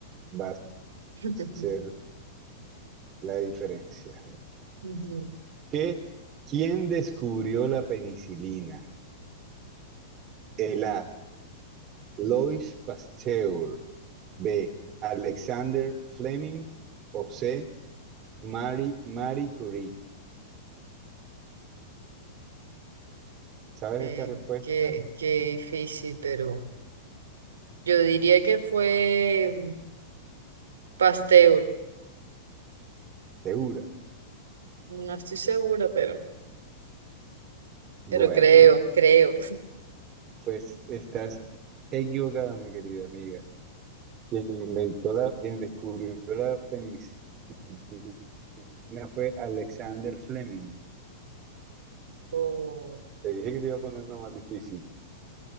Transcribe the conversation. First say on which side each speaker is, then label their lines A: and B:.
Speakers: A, on the right (about 35°); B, on the right (about 70°).
A: va a
B: <laughs>
A: ser la diferencia.
B: Ujú.
A: ¿Qué? ¿Quién descubrió la penicilina? El A. Lois Pasteur. B. Alexander Fleming. O C. Marie, Marie Curie. ¿Sabes
B: Qué,
A: esta respuesta?
B: qué, qué difícil, pero yo diría que fue Pasteur.
A: Segura.
B: No estoy segura pero,
A: Bueno,
B: pero creo, creo.
A: pues estás equivocada, mi querida amiga. Quien inventó la, quien descubrió la penicilina una fue Alexander Fleming.
B: Oh,
A: Te dije que te iba a poner una más difícil.